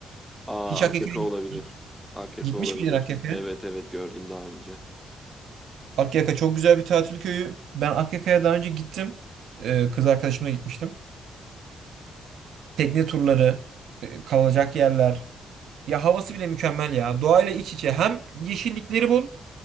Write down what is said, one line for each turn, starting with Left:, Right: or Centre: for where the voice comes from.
Centre: Aa,
Right: Hiç Akyaka'ya
Centre: AKK olabilir.
Right: git-
Centre: AKK
Right: gitmiş
Centre: olabilir.
Right: miydin Akyaka'ya?
Centre: Evet, evet gördüm daha önce.
Right: Akyaka çok güzel bir tatil köyü. Ben Akyaka'ya daha önce gittim. Ee, kız arkadaşımla gitmiştim. Tekne turları, e, kalacak yerler. Ya havası bile mükemmel ya. Doğayla iç içe. Hem yeşillikleri bol